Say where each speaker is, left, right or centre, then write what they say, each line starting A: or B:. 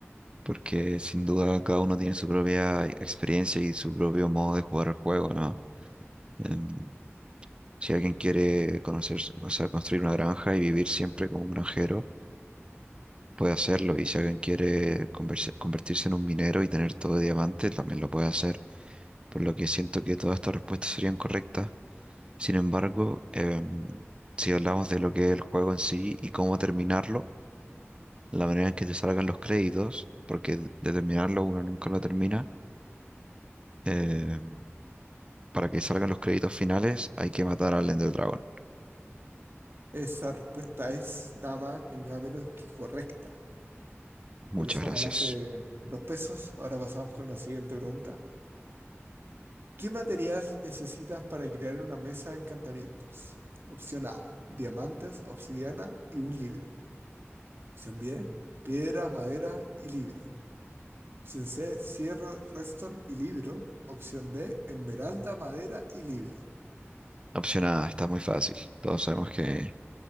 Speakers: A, on the right; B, on the right.
A: porque sin duda cada uno tiene su propia experiencia y su propio modo de jugar al juego, ¿no? Em, si alguien quiere conocer, o sea, construir una granja y vivir siempre como un granjero, puede hacerlo. Y si alguien quiere converse- convertirse en un minero y tener todo de diamante, también lo puede hacer. Por lo que siento que todas estas respuestas serían correctas. Sin embargo, em, si hablamos de lo que es el juego en sí y cómo terminarlo, la manera en que te salgan los créditos, porque de terminarlo uno nunca lo termina, em, Para que salgan los créditos finales, hay que matar al Ender Dragon.
B: Esa respuesta es nada más ni nada menos que correcta.
A: Muchas
B: Por eso
A: gracias.
B: ganaste dos pesos. Ahora pasamos con la siguiente pregunta. ¿Qué material necesitas para crear una mesa de encantamientos? Opción A, diamantes, obsidiana y un libro. Opción B, piedra, madera y libro. Opción C, cierro, redstone y libro. Opción D, esmeralda, madera y libro.
A: Opción A, está muy fácil. Todos sabemos que